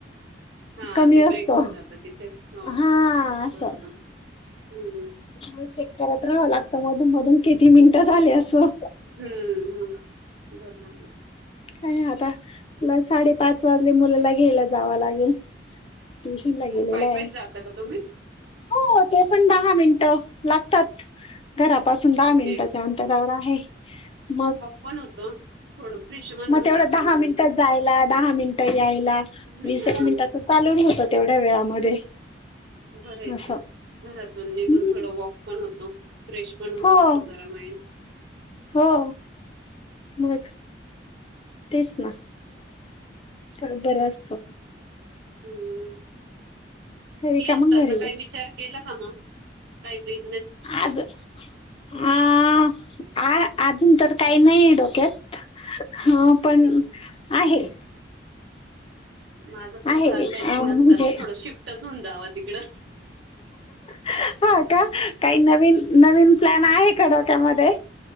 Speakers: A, on the right; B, on the left.
A: हा
B: कमी
A: ते
B: असतो
A: ब्रेक होऊन जातं तिथे हो
B: हा
A: हो
B: असं
A: बरोबर हम्म
B: म चेक करत राहावं लागत मधून मधून किती मिनिटं झाले असं
A: हम्म हम्म बरोबर
B: आणि आता तुला साडेपाच वाजले मुलाला घ्यायला जावं लागेल ट्युशन ला गेलेला
A: पाय पायच
B: आहे
A: जाता का तुम्ही
B: हो ते पण दहा मिनट लागतात घरापासून दहा
A: ओके
B: मिनिटाच्या अंतरावर आहे मग
A: कोण होतो थोडं फ्रेश मन
B: मग
A: होऊन
B: तेवढं
A: जातं
B: दहा
A: माणसं
B: मिनिटात जायला दहा मिनिटं यायला
A: हम्म
B: वीस मिनटात चालूून होत तेवढ्या वेळामध्ये
A: बरेयच
B: असं
A: घरातून निघून
B: हम्म
A: थोडं वॉक पण होतो फ्रेश पण होऊन
B: हो
A: जात जरा माइंड
B: हो मग तेच ना तर बरं असत
A: हम्म
B: तरी
A: सिहस्ताचा
B: का मग घरी
A: काही विचार केला का मग काप रिज <unintelligible>
B: आज हा आ अजून तर काही नाही डोक्यात पण
A: हम्म,
B: आहे
A: माझं पण
B: आहे
A: चाललंय सि
B: अ म्हणजे
A: असतात थोडं शिफ्टच होऊन जावं तिकडं
B: हा का काही नवीन नवीन प्लॅन आहे का डोक्यामध्ये